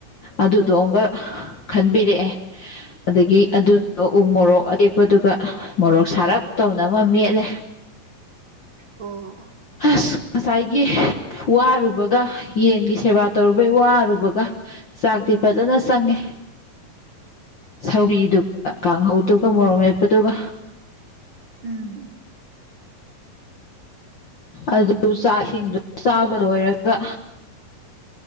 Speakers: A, on the left; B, on the right.
A: ꯑꯗꯨꯗꯣ ꯑꯃꯒ ꯈꯟꯕꯤꯔꯛꯑꯦ ꯑꯗꯒꯤ
B: ꯎꯝ
A: ꯑꯗꯨꯗ‌ꯣ ꯎꯃꯣꯔꯣꯛ ꯑꯇꯦꯛꯄꯗꯨꯒ ꯃꯣꯔꯣꯛ ꯁꯥꯔꯞ ꯇꯧꯅ ꯑꯃ ꯃꯦꯠꯂꯦ
B: ꯑꯣ
A: ꯑꯁ ꯉꯁꯥꯏꯒꯤ ꯋꯥꯔꯨꯕꯒ ꯌꯦꯟꯒꯤ ꯁꯦꯕꯥ ꯇꯧꯔꯨꯕꯩ ꯋꯥꯔꯨꯕꯒ ꯆꯥꯛꯇꯤ ꯐꯖꯅ ꯆꯪꯉꯦ ꯁꯧꯒ꯭ꯔꯤꯗꯨꯒ ꯀꯥꯡꯍꯧꯗꯨꯒ ꯃꯣꯔꯣꯛ ꯃꯦꯠꯄꯗꯨꯒ
B: ꯎꯝ
A: ꯑꯗꯨ ꯆꯥꯛꯁꯤꯡꯗꯨ ꯆꯥꯕ ꯂꯣꯏꯔꯒ